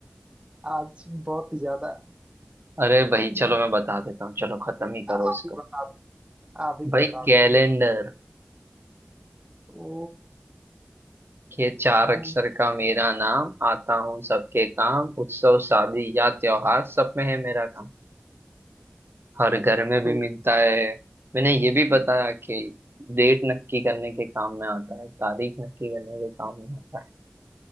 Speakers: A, on the right; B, on the right.
A: आज बहुत ही ज्यादा
B: अरे भाई
A: हम्म,
B: चलो मैं बता देता हूँ चलो खत्म ही करो
A: आप
B: इसको
A: ही बता आप ही
B: भाई
A: बता
B: कैलेंडर
A: दो फिर ओ
B: के चार अक्षर
A: हम्म,
B: का मेरा नाम आता हूँ सबके काम उत्सव शादी या त्योहार सब में है मेरा काम हर घर में भी
A: तो
B: मिलता है मैंने ये भी बताया कि डेट नक्की करने के काम में आता है तारीख नक्की करने के काम में आता है